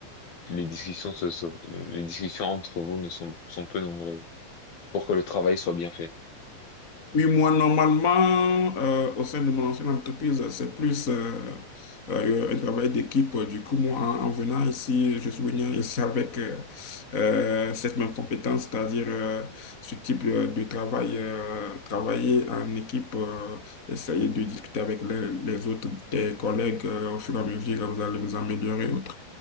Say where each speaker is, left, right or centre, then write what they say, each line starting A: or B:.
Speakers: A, on the left; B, on the left.
A: les discussions se sont- les discussions entre vous ne sont, sont peu nombreuses pour que le travail soit bien fait?
B: Oui, moi, normalement, euh, au sein de mon ancienne entreprise, c'est plus euh, euh, euh, un travail d'équipe. Du coup, moi, en, en venant ici, je suis venu ici avec euh, euh, cette même compétence, c'est-à-dire euh, ce type euh, de travail, euh, travailler en équipe, euh, essayer de discuter avec les, les autres, tes collègues, euh, au fur et à mesure, vous allez vous améliorer. autre.